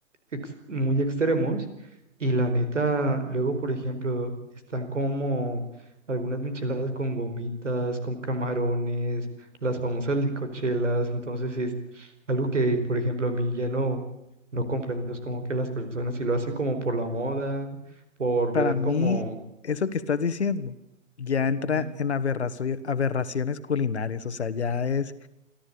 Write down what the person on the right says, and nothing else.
ex- muy extremos y la neta, luego por ejemplo, están como algunas micheladas con gomitas, con camarones, las famosas licochelas, entonces es algo que por ejemplo a mí ya no, no comprendo, es como que las personas si lo hacen como por la moda, por
ver
como
Ujú,